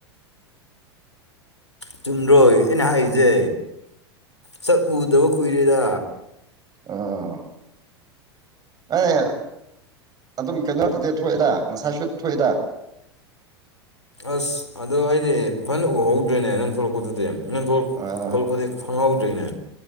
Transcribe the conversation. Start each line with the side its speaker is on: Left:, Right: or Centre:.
Right: <unintelligible>
Left: ꯆꯨꯝꯗ꯭ꯔꯣꯏ ꯑꯩꯅ ꯍꯥꯏꯁꯦ ꯁꯛ ꯎꯗꯕ ꯀꯨꯏꯔꯦꯗ
Right: ꯑꯥ ꯑꯦ ꯑꯗꯨꯝ ꯀꯩꯅꯣꯗꯗꯤꯦ ꯊꯣꯛꯑꯦꯗ ꯉꯁꯥꯁꯨ ꯊꯣꯛꯑꯦꯗ
Left: ꯑꯁ ꯑꯗꯣ ꯑꯩꯗꯤ ꯐꯅ ꯎꯍꯧꯗ꯭ꯔꯦꯅꯦ ꯅꯪ ꯊꯣꯛꯂꯛꯄꯗꯨꯗꯤ ꯅ ꯊꯣꯛ
Right: ꯑꯥ
Left: ꯊꯂꯛ ꯐꯗꯤ ꯐꯉꯎꯖꯣꯏꯅ